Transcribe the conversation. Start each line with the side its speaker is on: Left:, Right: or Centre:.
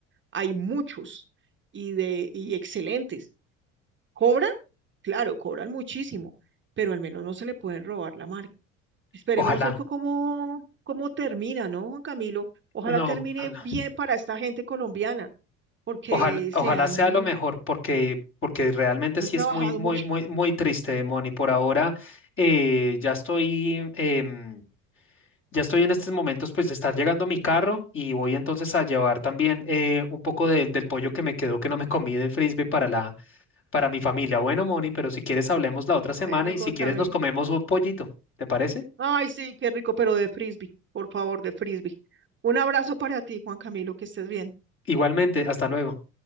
Right: hay muchos y, de, y excelentes. ¿Cobran? Claro, cobran muchísimo, pero al menos no se le pueden robar la marca. Esperemos
Left: Ojalá,
Right: esto cómo cómo termina, ¿no, Juan Camilo? Ojalá
Left: no,
Right: termine
Left: ojalá,
Right: bien para esta gente colombiana, porque
Left: ojalá, ojalá
Right: se han
Left: sea lo mejor, porque, porque realmente
Right: Han
Left: sí
Right: trabajado
Left: es muy, muy,
Right: mucho.
Left: muy, muy triste, Moni. Por ahora eh, ya estoy, em, ya estoy en estos momentos, pues de estar llegando mi carro y voy entonces a llevar también eh, un poco del del pollo que me quedó que no me comí del frisbee para la, para mi familia. Bueno, Moni, pero si quieres hablemos la otra semana
Right: Bueno,
Left: y
Right: Juan
Left: si quieres
Right: Camilo.
Left: nos comemos un pollito, ¿te parece?
Right: Ay, sí, qué rico, pero de frisbee, por favor, de frisbee. Un abrazo para ti, Juan Camilo, que estés bien.
Left: Igualmente, hasta luego.